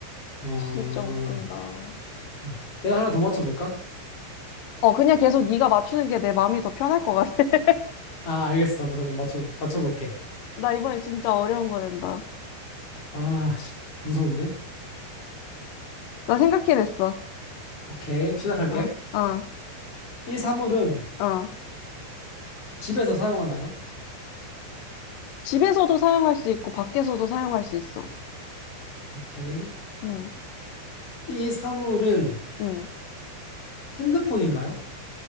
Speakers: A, on the left; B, on the left.
A: 어.
B: 진짜 웃긴다. 어,
A: 음. 내가 하나 더 맞춰볼까?
B: 그냥 계속 네가 맞추는 게 내 마음이 더 편할 것 같아.
A: 아, 알겠어. 그러면 맞춰, 맞춰볼게.
B: <laughs> 나 이번에 진짜 어려운 거 낸다.
A: 아, 씨, 무서운데?
B: 나 생각해냈어.
A: 오케이, 시작할게.
B: 어, 어,
A: 이 사물은
B: 어.
A: 집에서 사용하나요?
B: 집에서도 사용할 수 있고 밖에서도 사용할 수 있어.
A: 오케이.
B: 응,
A: 이 사물은
B: 응.
A: 핸드폰인가요?